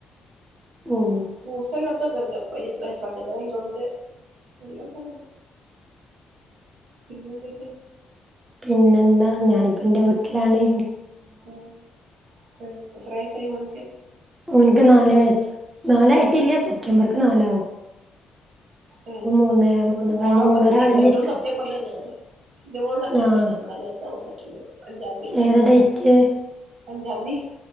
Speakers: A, on the right; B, on the right.
A: മ്
B: ഫ്രൂട്ട്സ് അല്ലാത്തൊക്കണ്ട് വെജിറ്റ പച്ചക്കറി എല്ലുണ്ട് എല്ലാസാനുണ്ട് പിന്നെന്തക്കെ
A: പിന്നെന്താ ഞാനിപ്പ ന്റെ വീട്ട്ലാണ്
B: ആഹ് അഹ് എത്ര വയസ്സായി മോനിക്ക്‌
A: ഓനിക്ക് നാല് വയസ്സ് നാലായിട്ടില്ല സെപ്റ്റംബർക്ക് നാലാവും
B: ഉം
A: ഇപ്പ മൂന്നേ മൂന്ന്
B: മോളപ്പത്തന്നെ
A: കഴിഞ്ഞ് മൂന്നര
B: ഇരിക്കണേ
A: കഴിഞ്ഞിരിക്ക്ണ്
B: ഇന്നോട് സത്യം മ്പർല്ലെന്നേണ് എന്റെ മോള് സെപ്റ്റംബർ
A: ആഹ്
B: തന്നെ നാല് വയസ്സാകും സെപ്റ്റംബറ് അഞ്ചാന്തി മുതല്
A: ഏതാ ഡേറ്റ്
B: അഞ്ചാന്തി